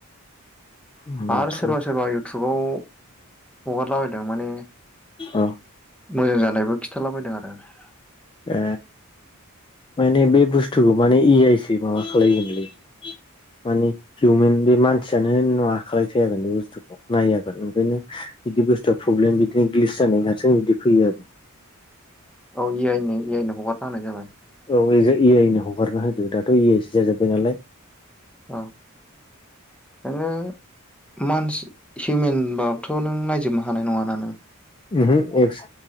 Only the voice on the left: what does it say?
होमबाथ'
औ ।
ए माने बे बुस्थुखौ माने एइ आइसै माबा खालायगोनलै । मानि हिउमेन बे मानसियानो होनना खालाय थि बे बुस्थुखौ नायो ओंखायनो । बिदि बुस्थुआ प्रब्लेम बिदिनो ग्लिस जानाय हारसिं बिदि फैयो आरो ।
अ जे ए आइनो हगारना होदो दाथ' ए आइसो जाजोब्बाय नालाय।
ओहोम एफस